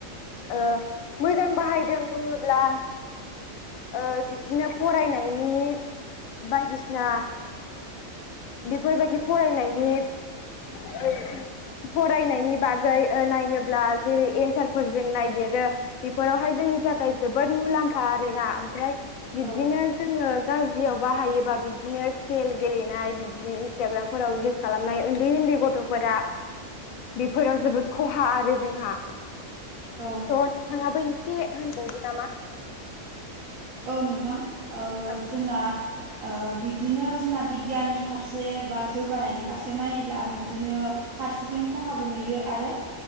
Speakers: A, on the left; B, on the right.
A: ओ मोजां बाहायदों बुङोब्ला ओ बिब्दिनो फरायनायनि बायदिसिना बेफोरबायदि फरायनायनि <inaudible> फरायनायनि बागै ओ नायोब्ला जेरै एन्सारफोरजों नायागिरो बेफोरावहाय जोंनि थाखाय जोबोद मुलाम्फा आरोना ओमफ्राय बिब्दिनो
B: औ
A: जोङो गाज्रियाव बाहायोबा बिब्दिनो खेल गेलेनाय बिबदिनो इन्सटाग्रामफोराव ल खालामनाय उन्दै उन्दै गथ'फोरा बेफोराव जोबोद खहा आरो जोंहा।
B: औ
A: थ' थाङाबो एसे होनबावदो नामा।
B: औ नोंथां ओ
A: औ
B: जोंना ओ बिब्दिनो जोंना बि गियाननि फारसे बा जौगानायनि फारसे नायोब्ला बिब्दिनो फारसेथिं खहाबो नुयो आरो